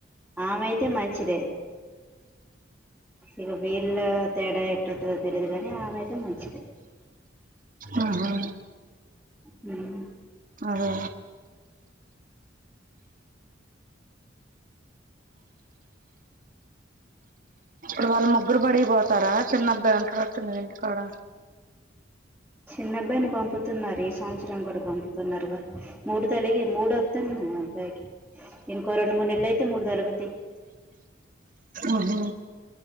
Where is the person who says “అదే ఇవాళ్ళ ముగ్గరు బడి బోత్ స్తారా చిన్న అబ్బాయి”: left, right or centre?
Right